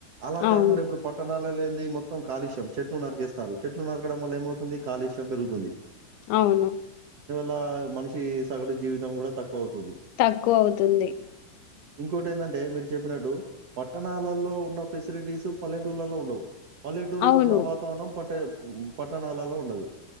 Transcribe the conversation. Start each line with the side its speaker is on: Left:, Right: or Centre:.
Right: అలా
Left: అవును
Right: కాకుండా ఇప్పుడు పట్టణాల లే మొత్తం కాలుషం చెట్లు నరిగేస్తారు చెట్లు నరగడం వల్ల ఏమవు తుంది కాలుష్యం పెరుగుతుంది
Left: అవును
Right: లా మనిషి సగటు జీవితం కూడా తక్ పోతుంది
Left: తక్కువ అవుతుంది
Right: ఇంకోటి ఎందంటే మీరు చెప్పినట్టు పటాన్ పట్టణాలల్లో ఉన్న ఫెసిలిటీస్ పల్లెటూళ్లలో ఉండవు పల్లెటూర్లో
Left: అవును
Right: ఉన్న వాతావరణం పట్టే ఉమ్ పట్నాల్ నాలల్లో ఉండదు.